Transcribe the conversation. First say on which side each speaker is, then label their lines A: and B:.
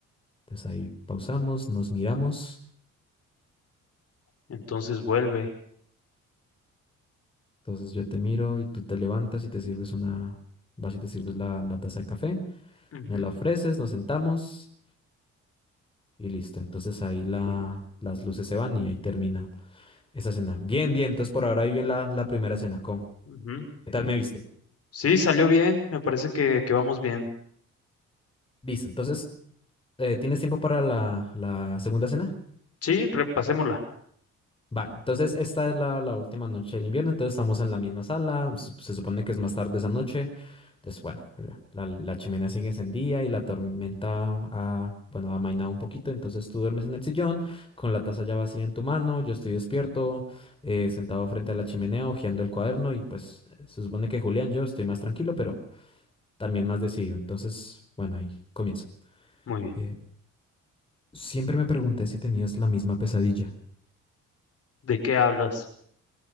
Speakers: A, on the left; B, on the left.
A: Entonces ahí pausamos, nos miramos.
B: Entonces vuelve.
A: Entonces yo te miro y tú te levantas y te sirves una, vas y te sirves la, la taza de café,
B: Ujú,
A: me la ofreces, nos sentamos y listo. Entonces ahí la,
B: Sí,
A: las luces se van y ahí termina esa cena. Bien, bien, entonces por ahora ahí bien la, la primera cena. ¿Cómo?
B: ujú.
A: ¿Qué tal me viste?
B: Sí, salió bien, me parece que, que vamos bien.
A: Listo, entonces, eh, ¿tienes tiempo para la, la segunda cena?
B: Sí, repasémosla.
A: Vale, entonces esta es la, la última noche del invierno, entonces estamos en la misma sala, se, se supone que es más tarde esa noche, entonces bueno, la, la- la chimenea sigue encendida y la tormenta ha, bueno, ha amainado un poquito, entonces tú duermes en el sillón con la taza ya vacía en tu mano, yo estoy despierto, eh, sentado frente a la chimenea, hojeando el cuaderno y pues se supone que Julián, yo estoy más tranquilo, pero también más decidido, entonces bueno, ahí comienzo.
B: Muy bien.
A: Eh, siempre me pregunté si tenías la misma pesadilla.
B: ¿De qué hablas?